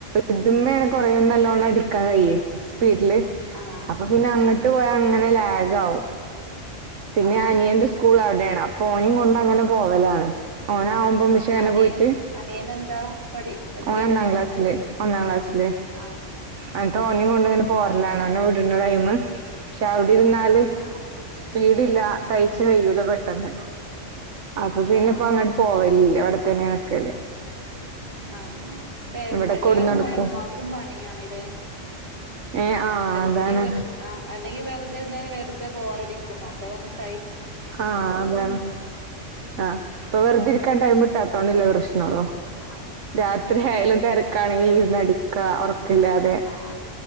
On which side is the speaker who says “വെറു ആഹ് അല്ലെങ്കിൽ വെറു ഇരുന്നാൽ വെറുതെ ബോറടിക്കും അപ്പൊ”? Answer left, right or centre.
Right